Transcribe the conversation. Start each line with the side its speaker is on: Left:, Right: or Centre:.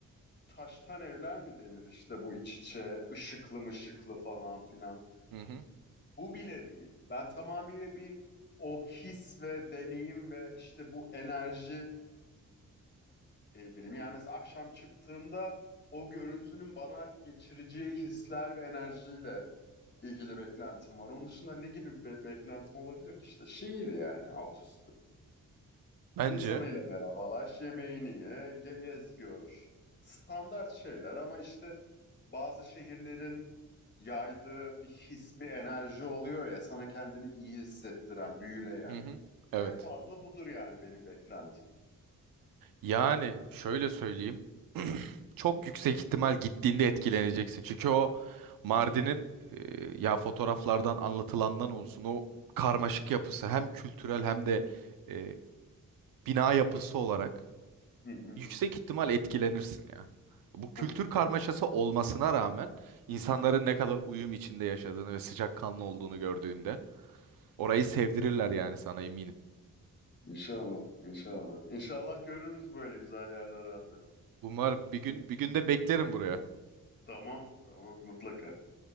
Left: taştan evler mi denir işte bu iç içe ışıklı mışıklı falan filan.
Right: Hı hı.
Left: Bu bile değil. Ben tamamıyla bir o his ve deneyim ve işte bu enerjiyle ilgiliyim. Yani mesela akşam çıktığımda o görüntünün bana geçireceği hisler ve enerjiyle ilgili beklentim var. Onun dışında ne gibi bir beklentim olabilir ki işte şehir yani alt üstü.
Right: Bence.
Left: İnsanıyla merhabalaş, yemeğini ye, ge- gez gör. Standart şeyler ama işte bazı şehirlerin yaydığı bir his, bir enerji oluyor ya sana kendini iyi hissettiren, büyüleyen.
Right: Hı hı. Evet.
Left: En fazla budur yani benim beklentim.
Right: Yani şöyle söyleyeyim. <clears throat> Çok yüksek ihtimal gittiğinde etkileneceksin. Çünkü o Mardin'in e, ya fotoğraflardan anlatılandan olsun o karmaşık yapısı hem kültürel hem de e, bina yapısı olarak
Left: Hı hı.
Right: yüksek ihtimal etkilenirsin ya. Bu kültür
Left: <laughs>
Right: karmaşası olmasına rağmen insanların ne kadar uyum içinde yaşadığını ve sıcakkanlı olduğunu gördüğünde orayı sevdirirler yani sana eminim.
Left: İnşallah, inşallah. İnşallah görürüz böyle güzel yerler abi.
Right: Umarım bir gün bir gün de beklerim buraya.
Left: Tamam, tamam mutlaka.